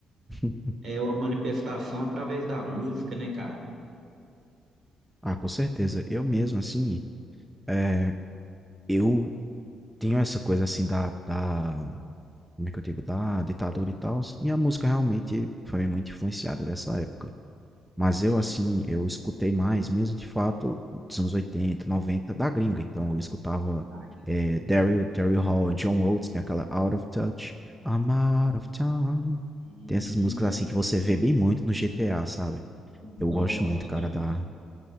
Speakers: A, in the centre; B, on the right (about 55°).
A: <laughs>
B: é uma manifestação através da música, né, cara?
A: Ah, com certeza. Eu mesmo, assim, é, eu tenho essa coisa assim da, da como é que eu digo, da ditadura e tal. E a música realmente foi muito influenciada dessa época. Mas
B: Uhum.
A: eu, assim, eu escutei mais, mesmo de fato, dos anos 80 90 da gringa. Então eu escutava
B: Da gringa.
A: eh, Daryl, Daryl Hall, John Oates, tem aquela Out of Touch, I'm Out of Time.
B: Hum,
A: Tem essas músicas assim que você vê bem muito no GTA, sabe?
B: nossa,
A: Eu gosto muito,
B: e,
A: cara,
B: ti-
A: da.